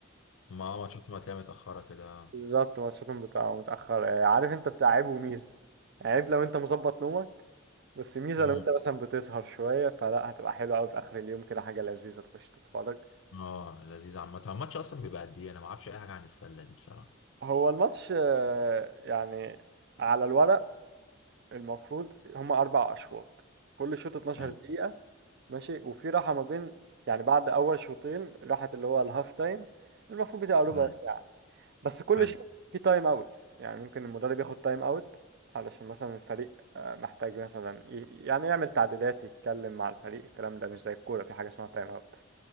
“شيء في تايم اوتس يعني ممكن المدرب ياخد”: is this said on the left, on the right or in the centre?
Right